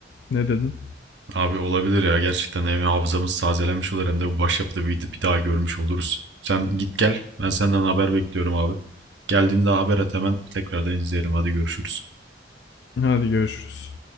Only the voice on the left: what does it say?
Ne dedin?
Hadi görüşürüz.